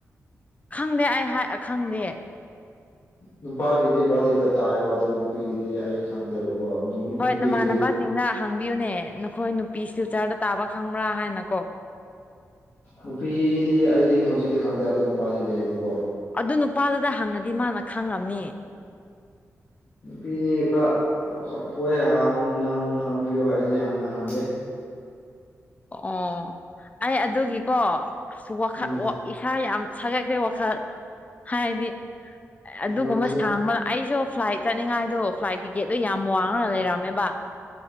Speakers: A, on the left (about 25°); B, on the left (about 45°).
A: ꯈꯪꯗꯦ ꯑꯩ ꯈꯪꯗꯦ
B: ꯅꯨꯄꯥꯒꯤꯗꯤ ꯒꯨꯋꯥꯇꯤꯗ ꯇꯥꯏꯑꯕ ꯑꯗꯨ ꯅꯨꯄꯤꯒꯤꯗꯤ ꯑꯩ ꯈꯪꯗꯦꯕꯀꯣ
A: ꯍꯣꯏ
B: ꯅꯨꯄꯤꯒꯤꯗꯤ
A: ꯅꯃꯥꯟꯅꯕꯁꯤꯡꯅ ꯍꯪꯕꯤꯌꯨꯅꯦ ꯅꯈꯣꯏ ꯅꯨꯄꯤ ꯁꯤꯜꯆꯔꯗ ꯇꯥꯕ ꯈꯪꯕ꯭ꯔꯥ ꯍꯥꯏꯅꯀꯣ꯫
B: ꯅꯨꯄꯤꯗꯤ ꯑꯩꯗꯤ ꯍꯧꯖꯤꯛꯇꯤ ꯈꯪꯗꯦ ꯑꯗꯣ ꯅꯨꯄꯥꯗꯤ ꯂꯩꯌꯦꯕꯀꯣ꯫
A: ꯑꯗꯨ ꯅꯨꯄꯥꯗꯨꯗ ꯍꯪꯉꯗꯤ ꯃꯥꯅ ꯈꯪꯉꯝꯅꯤ꯫
B: ꯅꯨꯄꯤꯗꯤ ꯈꯔ ꯍꯣꯏ ꯍ ꯅꯍ ꯍꯥꯡꯕꯤꯌꯨ ꯍꯥꯏꯗꯤ ꯍꯪꯒꯦ꯫
A: ꯑꯣ ꯑꯩ ꯑꯗꯨꯒꯤꯀꯣ ꯑꯁ ꯋꯥꯈꯟ
B: ꯎꯝ
A: ꯋꯥ ꯏꯁꯥ ꯌꯥꯝ ꯁꯥꯒꯠꯈ꯭ꯔꯦ ꯋꯥꯈꯜ ꯍꯥꯏꯗꯤ ꯑꯗꯨꯒꯨꯝꯕ
B: ꯃꯥꯁꯦ
A: ꯁꯥꯡꯕ ꯑꯩꯁꯨ ꯐ꯭ꯂꯥꯏꯠ ꯆꯠꯅꯤꯡꯉꯥꯏꯗꯣ ꯐ꯭ꯂꯥꯏꯠ ꯇꯤꯀꯦꯠꯇꯣ ꯌꯥꯝ ꯋꯥꯡꯉ ꯂꯩꯔꯝꯃꯦꯕ